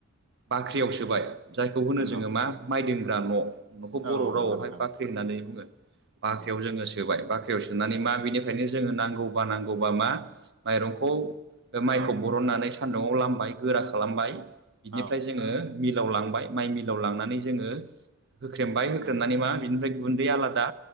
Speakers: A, on the right; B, on the right.
A: बाख्रियाव सोबाय जायखौ होनो
B: नंगौ
A: जोङो मा माइदिं ग्रा न' न'खौ बर'
B: औ
A: रावावहाय
B: नंगौ नोंथां
A: बाख्रि होननानै बुङो बाख्रियाव
B: नंगौ
A: जोङो सोबाय बाख्रि याव सोनानै मा बिनिफ्रायनो जोङो नांगौबा नांगौबा मा माइरंखौ माइखौ
B: औ
A: बरननानै सानदुङाव लामबाय गोरा खालामबाय बिनिफ्राय
B: औ
A: जोङो मिलाव लांबाय माइ मिलाव लांनानै जोङो होख्रेमबाय होख्रेमनानै
B: नंगौ
A: मा बिनिफ्राय गुनदैया आलादा